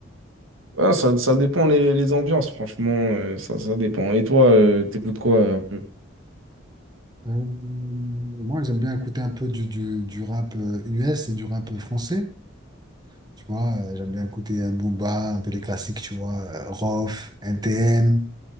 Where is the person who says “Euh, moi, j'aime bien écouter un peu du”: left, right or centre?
Right